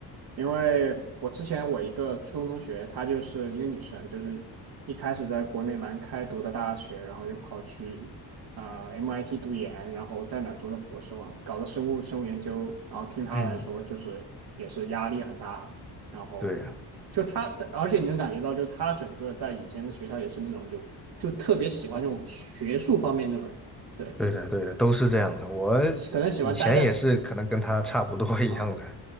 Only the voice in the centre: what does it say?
嗯，
对呀，
对的，对的，都是这样的。
我
以前也是可能跟他差不多一样的，